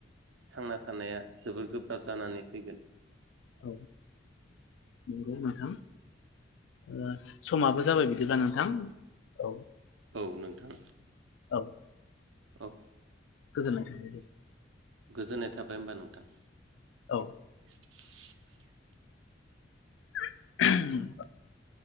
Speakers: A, on the right; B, on the left.
A: थांना थानाया जोबोद गो रा जानानै फैगोन
B: औ नंगौ नोंथां ओ समाबो जाबाय बिदिब्ला नोंथां औ
A: औ नोंथां
B: औ
A: औ
B: गोजोननाय थाबाय दे
A: गोजोननाय थाबाय होमबा नोंथां
B: औ
A: <inaudible>
B: <unintelligible>